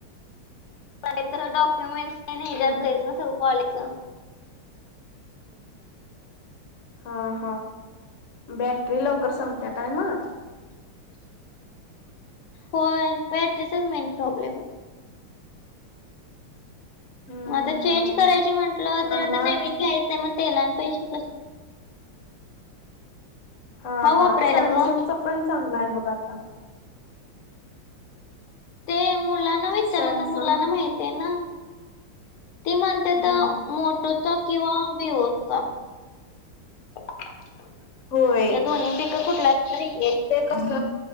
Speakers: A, on the left (about 80°); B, on the left (about 55°).
A: काही तर डॉक्युमेंट्स नाही नाही
B: हम्म.
A: जात आहेत ना सगळं कॉलेज <unintelligible>
B: <unintelligible> <inaudible> हा हा, बॅटरी लवकर संपत्या काय मग?
A: होय बॅटरीचाच मेन प्रॉब्लेम आहे.
B: हम्म
A: मग आता चेंज
B: हम्म.
A: करायची म्हंटलं,
B: चांगला
A: तर आता नवीन
B: आहे
A: घ्यायचंय मग तेला आणि पैसे कसे.
B: हा हा,
A: वापरायला
B: सॅमसंगचा
A: ग
B: पण चांगला आहे बघ आता.
A: ते मुलांना विचारलं
B: सॅमसंग
A: तर मुलांना माहिती आहे ना. ती म्हणते
B: हम्म
A: त मोटोचा किंवा विवो चा त्या
B: होय
A: दोनपैकी कुठला तरी एक.
B: कस?